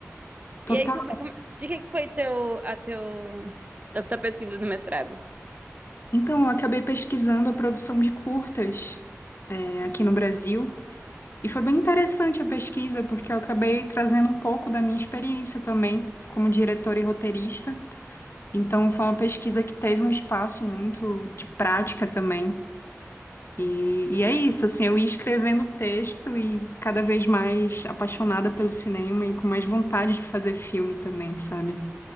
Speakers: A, on the left; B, on the right.
A: Total.
B: E aí, tu, de que que foi teu, a teu, a tua pesquisa do mestrado?
A: Então, eu acabei pesquisando a produção de curtas, é, aqui no Brasil. E foi bem interessante a pesquisa, porque eu acabei trazendo um pouco da minha experiência também, como diretora e roteirista. Então, foi uma pesquisa que teve um espaço muito de prática também. E, e é isso, assim, eu ia escrevendo o texto e cada vez mais apaixonada pelo cinema e com mais vontade de fazer filme também, sabe?